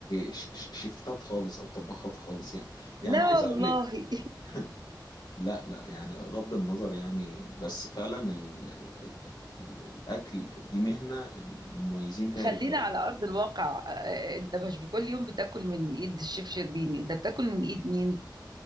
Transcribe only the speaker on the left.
ش- ش- شيفتات خالص أو طباخات خالص يعني
يعني عايز
أقول لك <laughs> لا لا يعني غض النظر يعني بس فعلا ال... ال... ال- الأكل دي مهنة المميزين فيها
رجالة